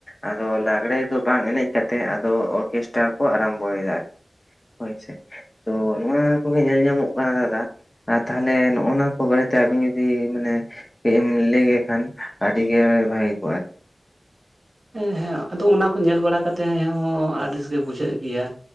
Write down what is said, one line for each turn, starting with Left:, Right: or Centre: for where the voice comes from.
Left: ᱟᱫᱚ ᱞᱟᱜᱽᱲᱮ ᱫᱚ ᱵᱟᱝ ᱮᱱᱮᱡ ᱠᱟᱛᱮᱜ ᱟᱫᱚ ᱚᱨᱠᱮᱥᱴᱟᱨ ᱠᱚ ᱟᱨᱟᱢᱵᱚᱭᱫᱟ ᱟᱨᱠᱤ᱾ ᱦᱳᱭᱥᱮ ᱛᱚ ᱱᱚᱣᱟ ᱠᱚᱜᱮ ᱧᱮᱞ ᱧᱟᱢᱚᱜ ᱠᱟᱱᱟ ᱫᱟᱫᱟ᱾ ᱟ ᱛᱟᱦᱞᱮ ᱱᱚᱜᱼᱚ ᱱᱚᱣᱟ ᱠᱚ ᱵᱟᱨᱮ ᱛᱮ ᱟᱵᱤᱱ ᱡᱩᱫᱤ ᱢᱟᱱᱮ ᱠᱟᱹᱡ ᱮᱢ ᱞᱟᱹᱭ ᱞᱮᱠᱷᱟᱱ ᱟᱹᱰᱤ ᱜᱮ ᱵᱷᱟᱹᱜᱮ ᱠᱚᱜᱼᱟ ᱟᱨᱠᱤ᱾
Right: ᱮᱸ ᱦᱮᱸ ᱟᱫᱚ ᱚᱱᱟ ᱠᱚ ᱧᱮᱞ ᱵᱟᱲᱟ ᱠᱟᱛᱮ ᱦᱮᱸ ᱦᱚᱸ ᱟᱰᱤᱥ ᱜᱮ ᱵᱩᱡᱷᱟᱹᱜ ᱜᱮᱭᱟ